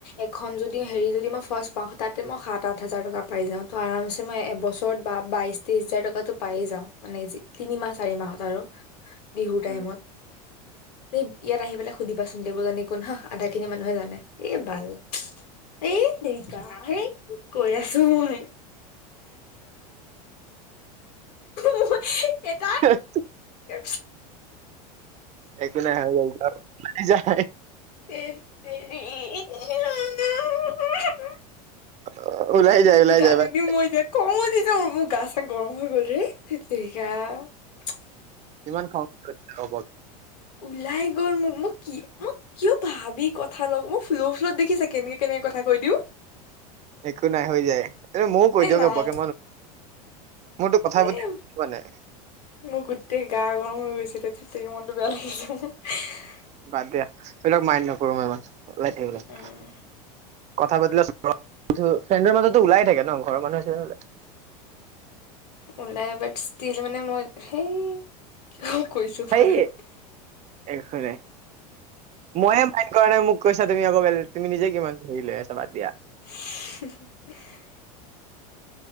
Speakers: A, on the left (about 75°); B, on the right (about 35°).
A: এখন যদি হেৰি যদি মই ফাৰ্ষ্ট পাও, তাতে মই সাত, আঠ হাজাৰ টকা পাই যাও, ত' আৰামছে মই এবছৰত বা-বাইশ, তেইশ হাজাৰ টকাটো পায়ে যাও, মানে তিনি মাহ চাৰি মাহত আৰু। বিহুৰ
B: উম,
A: টাইমত। এই ইয়াত আহি পেলাই সুধিবাচোন, দেৱজানী কোন হা, আধা খিনি মানুহে জানে, এ বাল, এত তেৰিকা, এই কি কৈ আছো মই। মই এত
B: ধেত
A: এ
B: একো নাই হৈ যায়, ওলাই যায়।
A: ধেৎ তেৰি
B: অ' ওলাই যায় ওলাই
A: কান্দি
B: যায়, বাদ
A: দিম মই এতিয়া খং উঠি মোৰ গা চা গৰম হৈ গ'ল ৰে' ধেত তেৰীকা তেৰিকা।
B: কিমান <unintelligible> ৰাখছি লগত
A: ওলাই গ'ল মোক-মোক-মোক কিয় ভাবি কথা নকও, মোক ফ্ল' ফ্লত দেখিছা কেনেকে-কেনেকে কথা কৈ দিওঁ।
B: একো নাই, হৈ যায়। এ, ময়ো কৈ দিওঁ
A: নাই
B: ঘপককে, মোৰতো কথা
A: এ
B: পাতি পোৱা নাই ।
A: মোৰ গোটেই গা গৰম হৈ গৈছে তাতে <unintelligible>
B: বাদ দিয়া এইবিলাক মাইন নকৰো মই ইমান। <unintelligible>
A: উম,
B: কথা পাতিলে <unintelligible> ফ্ৰেণ্ডৰ মাজতো ওলাই থাকে ন, ঘৰৰ মানুহ আছিলে কাৰণে নোলায়।
A: ওলাই বাট ষ্টিল মানে মই, সেই অ' কৈছো
B: সেই
A: বাৰু।
B: একো নাই। ময়ে
A: উম,
B: মাইণ্ড কৰা নাই মোক কৈছা তুমি আকৌ বেল-তুমি নিজে কিমান ধৰি লৈ আছা, বাদ দিয়া।
A: <inaudible>